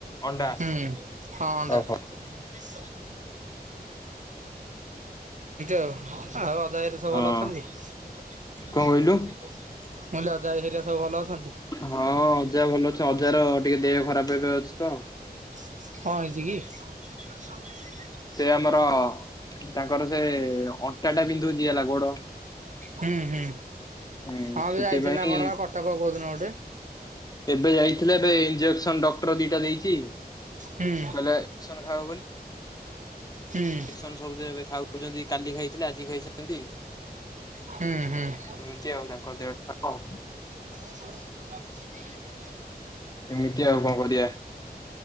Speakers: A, on the left (about 25°); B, on the right (about 50°).
A: ଅଣ୍ଡା
B: ହୁଁ ହଁ ଅଣ୍ଡା
A: ଓହୋ।
B: ଏମିତି ଆଉ ଆଉ ଅଜା ଆଈ ସବୁ
A: ହଁ
B: ଭଲ ଅଛନ୍ତି? ଅଜା
A: କଣ କହିଲୁ
B: ଆଇ ହେରିକା ସବୁ ଭଲ ଅଛନ୍ତି?
A: ହଁ ଅଜା ଭଲ ଅଛ। ଅଜାର ଟିକେ ଦେହ ଖରାପ ଏବେ ଅଛି ତ।
B: କଁଅ ହେଇଚି କି?
A: ସେ ଆମର ତାଙ୍କର ସେ ଅଣ୍ଟା ଟା ବିନ୍ଧୁଛିି ହେଲା ଗୋଡ
B: ହୁଁ ହୁଁ
A: ହୁଁ
B: ହଁ
A: ସେଥିପାଇଁ
B: ବି ଯାଇଥିଲି ନା କଣ ବା କଟକ କୋଉଦିନ ଗୋଟେ
A: ଏବେ ଯାଇଥିଲେ ଏବେ ଇଞ୍ଜେକ୍ସନ ଡକ୍ଟର ଦିଟା ଦେଇଛି।
B: ହୁଁ
A: କହିଲେ ଏସନ ଖାଇବ ବୋଲି
B: ହୁଁ
A: ସନ୍ ସବୁଦିନ ଏବେ ଖାଉଛନ୍ତି କାଲି ଖାଇଥିଲେ ଆଜି ଖାଇଛନ୍ତି।
B: ହୁଁ ହୁଁ।
A: ଏମିତି ଆଉ ତାଙ୍କ ଦେହ ଟା
B: <unintelligible>
A: ଏମତି ଆଉ କଣ କରିବା।